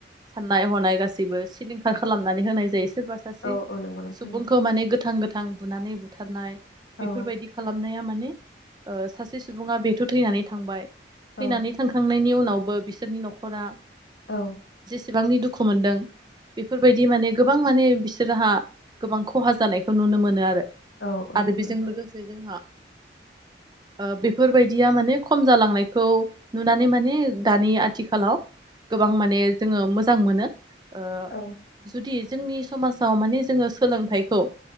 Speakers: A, on the right; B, on the left.
A: साननाय हनाय गासैबो सिलिंखार खालामनानै होनाय जायो सोरबा सासे
B: औ औ नंगौ नोंथां
A: सुबुंखौ माने गोथ गोथां गोथां बुनानै बुथारनाय
B: औ
A: बेफोरबायदि खालामनाया मान ने ओ सासे सुबुङा बेथ थैनानै थांबाय
B: औ
A: थैनानै थांखांनायनि उना नावबो बिसोरनि नखरा
B: औ।
A: बिसेबांनि दुखु मोनदों बेफोरबायदि माने गोब गोबां माने बिसोरहा गोबां खहा जानायखौ नुनो मोनो आरो
B: औ औ
A: आरो
B: नंगौ
A: बेजों
B: नोंथां
A: लोगोसे जोंहा ओ बेफोरबायदिया माने खम जालांनायखौ नुनानै माने दानि आथिखालाव गोबां
B: औ
A: माने जोङो मो मोजां मोनो। ओ
B: औ
A: जुदि जोंनि समाजाव माने जोङो सोलोंथाइखौ